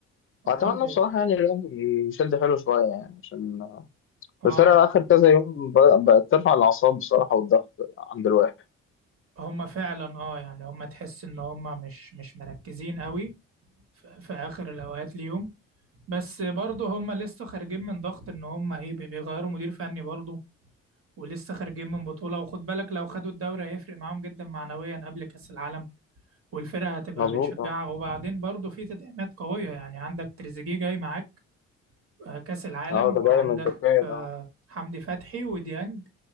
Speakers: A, on the left; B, on the right.
A: واتمنى
B: برضه
A: بصراحه يعني الاهلي يشد حلو شويه يعني عشان
B: اه
A: الفرقه اخر كذا يوم ب- بقت ترفع الاعصاب بصراحه والضغط عند الواحد
B: هم فعلا اه يعني هم تحس ان هم مش مش مركزين قوي في, في اخر الاوقات ليهم بس برضه هم لسه خارجين من ضغط ان هم ايه بي- بيغيروا مدير فني برضه ولسه خارجين من بطولة وخد بالك لو خدوا الدوري هيفرق معاهم جدا معنويا قبل كأس العالم والفرقة هتبقى
A: مظبوط
B: بتشجعها
A: اه
B: وبعدين برضه في تدعيمات قوية يعني عندك تريزيجيه جاي معاك آه، كأس العالم
A: اه ده
B: وعندك
A: جاي من تركيا
B: آه،
A: ده
B: حمدي فتحي وديانج